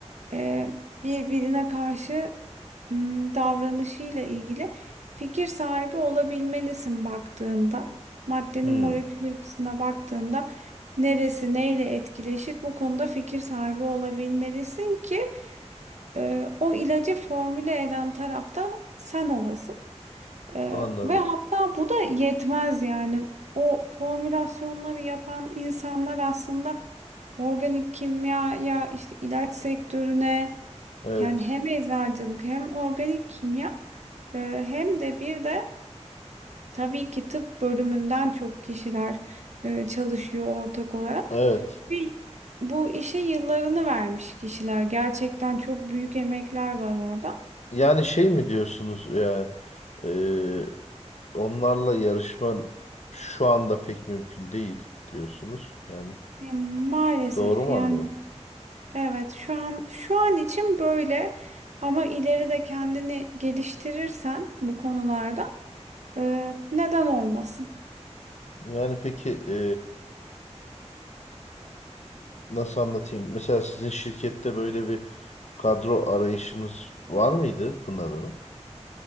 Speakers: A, on the right; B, on the left.
A: e, birbirine karşı m, davranışıyla ilgili fikir sahibi olabilmelisin baktığında. Maddenin
B: hmm,
A: molekül yapısına baktığında neresi neyle etkileşir bu konuda fikir sahibi olabilmelisin ki e, o ilacı formüle eden tarafta sen olasın. E,
B: anladım.
A: ve hatta bu da yetmez yani. O formülasyonları yapan insanlar aslında organik kimyaya, işte ilaç sektörüne
B: Evet,
A: yani hem eczacılık hem organik kimya e, hem de bir de Tabii ki tıp bölümünden çok kişiler e, çalışıyor ortak olarak.
B: evet.
A: Ve bu işe yıllarını vermiş kişiler. Gerçekten çok büyük emekler var orada.
B: Yani şey mi diyorsunuz yani e, onlarla yarışma şu anda pek mümkün değil diyorsunuz. Yani
A: E, Maalesef
B: doğru mu
A: yani
B: anlıyorum?
A: evet şu an şu an için böyle ama ileride kendini geliştirirsen bu konularda e, neden olmasın?
B: Yani peki e, nasıl anlatayım? Mesela sizin şirkette böyle bir kadro arayışınız var mıydı Pınar Hanım?